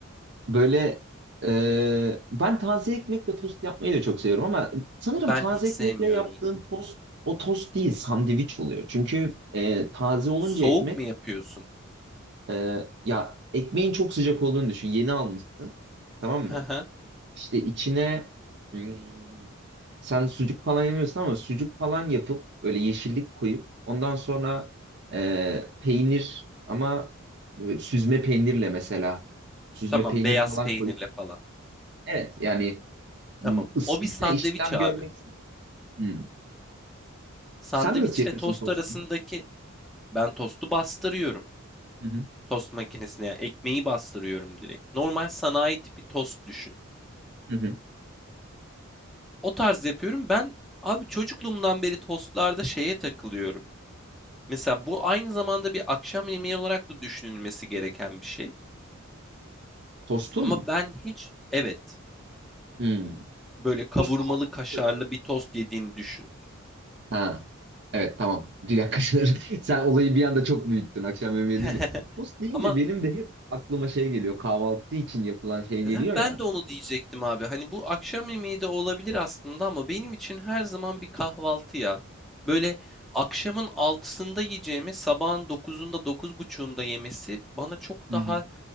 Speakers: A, on the right; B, in the centre.
A: böyle e, ben taze ekmekle tost yapmayı da çok seviyorum ama sanırım
B: Ben
A: taze
B: hiç sevmiyorum.
A: ekmekle yaptığım tost o tost değil sandviç oluyor. Çünkü e, taze olunca
B: Soğuk
A: ekmek
B: mu yapıyorsun?
A: Ee, ya ekmeğin çok sıcak olduğunu düşün. Yeni almışsın. Tamam
B: Hı
A: mı?
B: hı.
A: İşte içine hmm, sen sucuk falan yemiyorsun ama sucuk falan yapıp böyle yeşillik koyup ondan sonra e, peynir ama böyle süzme peynirle mesela süzme
B: Tamam,
A: peynir
B: beyaz
A: falan
B: peynirle
A: koyup
B: falan.
A: evet yani
B: Tamam.
A: hmm, ısıyla
B: O bir sandviç
A: işlem
B: abi.
A: görmek Hmm.
B: Sandviçle
A: Sen nasıl yapıyorsun
B: tost
A: tostunu?
B: arasındaki ben tostu bastırıyorum.
A: Hı hı,
B: Tost makinesine yani ekmeği bastırıyorum direkt. Normal sanayi tipi tost düşün.
A: hı hı.
B: O tarz yapıyorum. Ben abi çocukluğumdan beri tostlarda şeye takılıyorum. Mesela bu aynı zamanda bir akşam yemeği olarak da düşünülmesi gereken bir şey.
A: Tostun
B: Ama
A: mu?
B: ben hiç Evet,
A: Hmm.
B: böyle kavurmalı
A: Tost hamurdur
B: kaşarlı
A: ya.
B: bir tost yediğini düşün.
A: Ha. Evet tamam. Bir dakika. <laughs> Sen olayı bir anda çok büyüttün akşam yemeği
B: <laughs>
A: deyince. Tost deyince
B: Ama
A: benim de hep aklıma şey geliyor. Kahvaltı için yapılan şey geliyor
B: heh,
A: ya.
B: ben de onu diyecektim abi. Hani bu akşam yemeği de olabilir aslında ama benim için her zaman bir kahvaltı ya. Böyle akşamın altısında yiyeceğimi sabahın dokuzunda dokuz 9.30'unda yemesi bana çok
A: Hı
B: daha
A: hı.